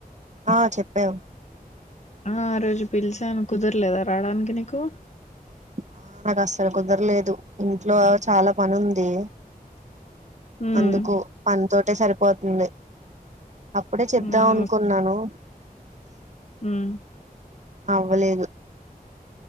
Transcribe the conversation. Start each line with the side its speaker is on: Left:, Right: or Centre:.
Right: ఆ చెప్పావ్
Left: ఆ ఆ రోజు పిలిచాను కుదరలేదా రావడానికి నీకు
Right: ఆ నాకు అస్సలు కుదరలేదు ఇంట్లో చాలా పని ఉంది
Left: ఉమ్
Right: అందుకు పని తోటే సరిపోతుంది అప్పుడే చెప్త్దాం
Left: ఉమ్
Right: అనుకున్నాను
Left: ఉం
Right: అవ్వలేదు